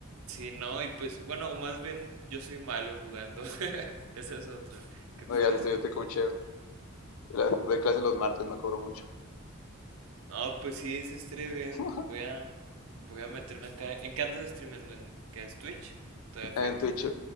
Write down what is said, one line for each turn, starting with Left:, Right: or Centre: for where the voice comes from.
Right: sí, no, y pues, bueno, más bien yo soy malo jugando. <laughs> Esa es otra que podría
Left: No digas esto,
Right: ser.
Left: yo te coacheo. La- Doy clase los martes, no cobro mucho.
Right: No, pues sí, se streamen.
Left: <laughs>
Right: Voy a, voy a meterme acá. ¿En qué andas streamando? ¿En qué es Twitch? Todavía Facebook.
Left: En Twitch,